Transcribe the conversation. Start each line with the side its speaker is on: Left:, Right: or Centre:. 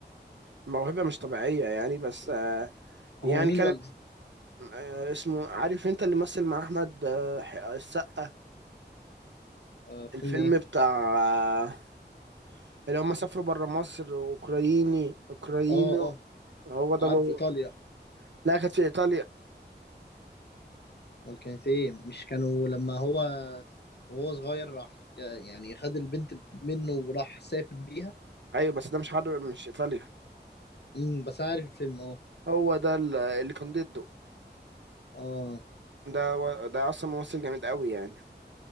Right: موهبة مش طبيعية يعني بس آه، يعني
Left: هو مين
Right: كان
Left: والده
Right: آه، اسمه عارف انت اللي مثل مع احمد آه، ح- آه، السقا
Left: آه
Right: الفيلم
Left: فيلم ايه
Right: بتاع آه، اللي هم سافروا بره مصر اوكرايني اوكراينو
Left: اه اه
Right: هو ده
Left: عارف
Right: هو
Left: ايطاليا
Right: لا كانت في ايطاليا
Left: امال كانت ايه مش كانوا لما هو وهو صغير راح يعني خد البنت منه وراح سافر بيها
Right: ايوه بس ده مش حرب مش ايطاليا
Left: امم بس أنا عارف الفيلم اه
Right: هو ده ال- اللي كان ضده
Left: اه
Right: ده و- ده اصلا ممثل جامد قوي يعني